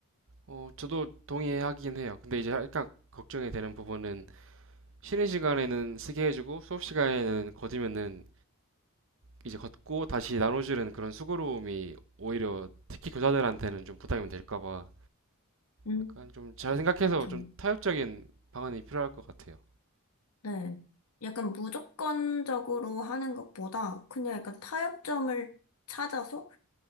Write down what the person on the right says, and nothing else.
어, 저도 동의하긴 해요. 근데 이제 약간 걱정이 되는 부분은 쉬는 시간에는 쓰게 해주고 수업 시간에는 거두면은 이제 걷고 다시 나눠주는 그런 수고로움이 오히려 특히 교사들한테는 좀 부담이 될까 봐.
약간 좀 잘 생각해서
좀 타협적인 방안이 필요할 것 같아요.